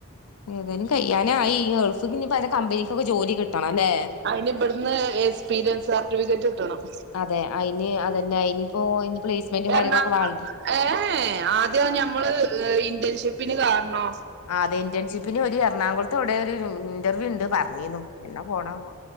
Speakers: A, on the left (about 90°); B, on the right (about 50°).
A: ഏതായാലും കയ്യാനായി ഈ ഗൾഫ്ക്ക് ഇഞ്പ്പോ നല്ല കമ്പനിക്കൊക്കെ ജോലി കിട്ടണം ല്ലേ
B: അയിന് ഇവിട്ന്ന് എക്സ്പീരിയൻസ് സർട്ടിഫിക്കറ്റ് കിട്ടണം
A: അതെ അയിന് അതന്നെ അയിനിപ്പോ പ്ലേസ്മെന്റും കാര്യങ്ങളൊക്കെ
B: എർണാ
A: വേണ്ടേ
B: ഏഹ് ഏഹ് ആദ്യ ഞമ്മള് ഇന്റേൻഷിപ്പിന് കാന്നോ
A: ആ അതെ ഇന്റേൺഷിപ്പിന് ഒരു എറണാകുളത്ത് എവിടെ ഒരു ഇന്റർവ്യൂ ഇണ്ട് പറഞ്ഞിനു എന്നാ പോനാവോ